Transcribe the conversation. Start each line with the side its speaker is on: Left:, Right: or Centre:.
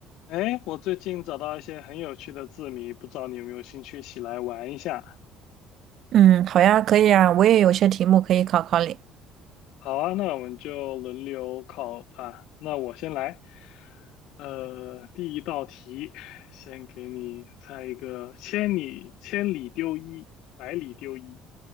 Left: 哎，我最近找到一些很有趣的字谜，不知道你有没有兴趣一起来玩一下？
Right: 嗯，好呀，可以啊，我也有些题目可以考考你。
Left: 好啊，那我们就轮流考吧。那我先来，呃，第一道题，先给你猜一个：千里千里丢一，百里丢一，